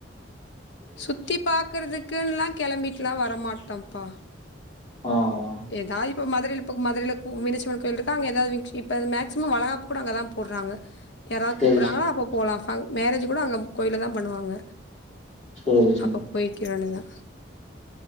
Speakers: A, on the left; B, on the left.
A: சுத்தி பாக்குறதுக்குன்ல்லா கிளம்பிட்டுல்லா வரமாட்டோம்ப்பா
B: ஆ ஆ
A: எதாய் இப்ப மதுரையில போய் மதுரையில மீனட்சியம்மன் கோயில் இருக்கா அங்க எதாவ்து விசே இப்ப மேக்சிமம் வலகாப்பு கூட அங்கதா போட்றாங்க யாராவ்து
B: சரி
A: கூப்புட்றாங்களா
B: சரி
A: அப்ப போலா ஃபங் மேரேஜ் கூட அங்க கோயில தா பண்ணுவாங்க
B: சேரி சேரி
A: அப்ப போய்க்க வேண்டியதா